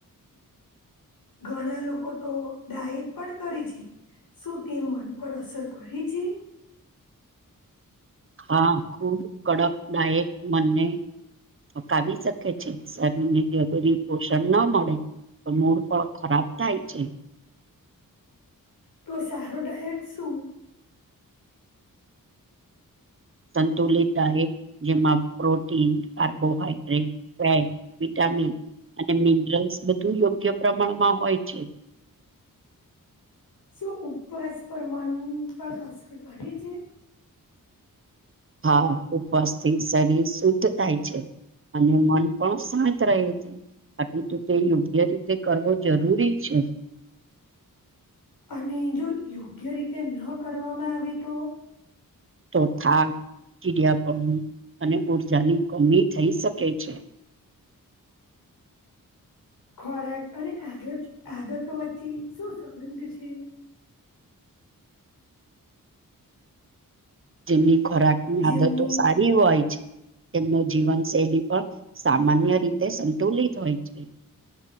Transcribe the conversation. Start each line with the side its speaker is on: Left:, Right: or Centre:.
Left: ઘણા લોકો તો, ડાયટ પણ કરે છે. શું તે મન પર અસર કરે છે
Right: હા, ખૂબ કડકદાયક બંને થકવી શકે છે. શરીર ને જરૂરી પોષણ ના મળે તો, મૂડ પણ ખરાબ થાય છે.
Left: તો સારો ડાયટ શું
Right: સંતુલિત જેમાં પ્રોટીન કાર્બોહાઈડ્રેટ ફેટ વિટામિન અને, મિનરલ્સ બધું યોગ્ય પ્રમાણમાં હોય છે.
Left: શું ઉપવાસ પર મન પર અસર કરે છે.
Right: હા, ઉપવાસ થી શરીર શુદ્ધ થાય છે. અને, મન પણ શાંત રહે છે, આટલે તો તે યોગ્ય રીતે કરવો જરૂરી છે. હ
Left: અને, જો યોગ્ય રીતે ન કરવામાં આવે તો
Right: તો થાક ચીડિયાપણું અને ઉર્જાની કમી થઈ શકે છે.
Left: ખોરાક અને આદત આદતો વચ્ચે શું સંબંધ છે?
Right: જેમની ખોરાકની
Left: જેમની
Right: આદતો સારી હોય તેમનો જીવનશૈલી પણ સામાન્ય રીતે સંતુલિત હોય છે.